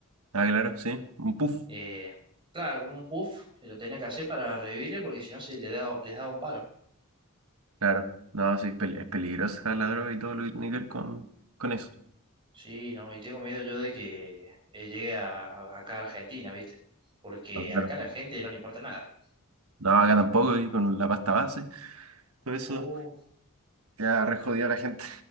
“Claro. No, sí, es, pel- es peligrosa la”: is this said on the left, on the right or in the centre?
Right